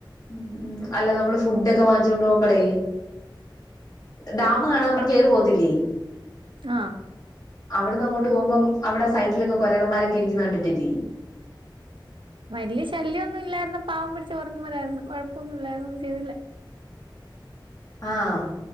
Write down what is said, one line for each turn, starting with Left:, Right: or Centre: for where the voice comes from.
Left: ഉം അല്ല നമ്മള് ഫുഡ് ഒക്കെ <unintelligible> പോംപളേ ഡാമ് കാണാൻ നമ്മൾ കേറി പോത്തില്ലേ
Right: ആഹ്
Left: അവിടന്ന് അങ്ങോട്ട് പോകുമ്പോ അവിട സെയ്ഡൊക്കെ കൊരകന്മാരൊക്കെ ഇരിക്കുന്നു കണ്ടിട്ടില്ലേ
Right: വലിയ ശല്യമൊന്നും ഇല്ലായിുന്ന പാവം പിടിച്ച് ഉറങ്ങും പോലായിരുന്നു കുഴപ്പമൊന്നും ഇല്ലായിർന്നു ഒന്നും ചെയ്തില്ല
Left: ആഹ്